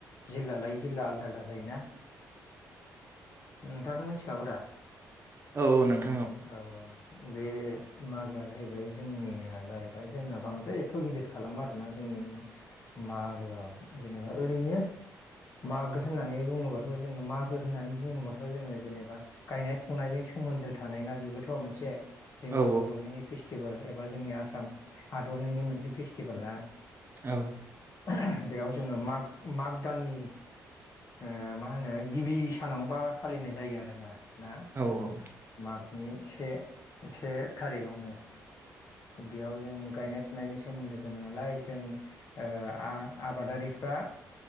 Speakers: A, on the left; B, on the right.
A: जिल्ला लायै जिल्ला आलदा आलदा जायोना नोंथाङाथ मिथिखागौ दा?
B: औ नोंथा
A: औ औ बे मागोआ जाहैबाय जोंनिया जाहैबाय जोंना बांद्राय एथ गिदिर खालाम आरोना जोंनि मागोआव जेनेबा ओरैनो मागो होननानै बुङोबाथ जोङो मागो होननानै बुङोबाथ जोङो जेनेबा गायनाय फुनायजों सोमोन्दो था थानाय ना बेबोथ मोनसे। जोंनि
B: औ
A: बरनिनि फेस्टिभ टिभोल एबा जोंनि आसाम हादरनिनो मोनसे फेस्टिभेला ना।
B: औ
A: <unintelligible> बेयाव जोङो माग-माग भुदाननि हो मा होनो गिबि सानावबा फालिनाय जायो आरोना। ना
B: औ औ
A: मागनि से-से थारिखआवनो बेयाव जों गायनाय फुनायजों सोमोन्दो गोनां नालाय जों ओ आ-आबादारिफ्रा